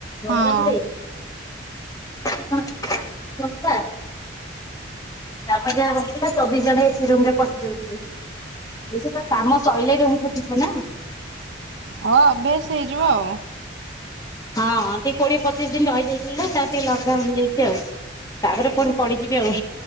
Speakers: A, on the right (about 70°); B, on the left (about 15°).
A: ହଁ
B: ଗରମରେ <inaudible> ତାପ ଯାହା ରହୁଥିଲା ଚବିଶ ଘଣ୍ଟା ଏସି ରୁମ ରେ ପଶିଯାଉଥିଲେ ବୁଝିପାରୁଚ କାମ ସଇଲେ ରୁମକୁ ଯିବ ନା?
A: ହଁ ଅଭ୍ୟାସ ହେଇଯିବ ଆଉ
B: ହଁ ଟିକେ କୋଡିଏ ପଚିଶ ଦିନ ରହିବେ ଏଇଖେଣିକା ତାର ଟିକେ ଲକଡାଉନ ହେଇଯାଇଛି ଆଉ ତାପରେ ପୁଣି ପଡିଯିବି ଆଉ